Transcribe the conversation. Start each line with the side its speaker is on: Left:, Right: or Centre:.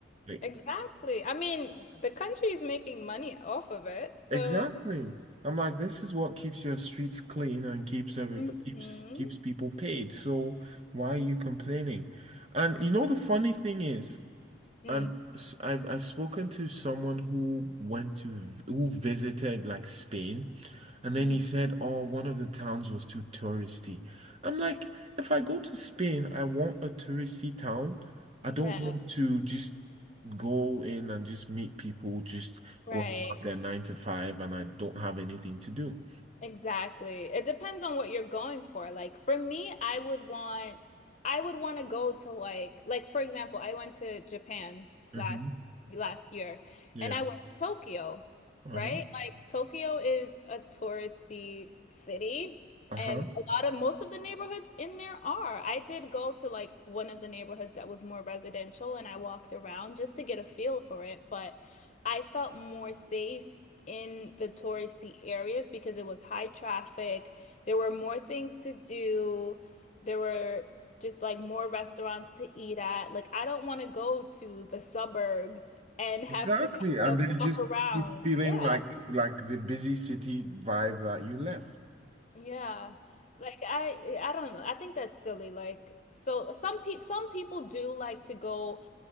Right: Like,
Left: exactly. I mean, the country is making money off of it, so
Right: exactly. I'm like, this is what keeps your streets clean and keeps every
Left: Mm-hmm.
Right: keeps keeps people paid. So why are you complaining? And you know the funny thing is,
Left: Mm-hmm.
Right: I'm s- I've I've spoken to someone who went to v- who visited like Spain, and
Left: Mm-hmm.
Right: then he said, "Oh, one of the towns was too touristy." I'm like, if I go to Spain, I want a touristy town. I
Left: Yeah,
Right: don't want to just go in and just meet people just
Left: right.
Right: going about their nine to five, and I don't have anything to do.
Left: Exactly. It depends on what you're going for. Like for me, I would want I would want to go to like like for example, I went to Japan
Right: hmm
Left: last last year
Right: Yeah.
Left: and I went to Tokyo,
Right: Uh-huh.
Left: right? Like Tokyo is a touristy city
Right: Uh-huh.
Left: and a lot of most of the neighborhoods in there are. I did go to like one of the neighborhoods that was more residential and I walked around just to get a feel for it, but I felt more safe in the touristy areas because it was high traffic. There were more things to do. There were just like more restaurants to eat at. Like, I don't want to go to the suburbs and <laughs> have
Right: Exactly.
Left: to
Right: And
Left: kind
Right: then
Left: of
Right: just
Left: walk around.
Right: keep feeling
Left: Yeah.
Right: like like the busy city vibe that you left.
Left: Yeah. Like I I don't know. I think that's silly. Like so some people some people do like to go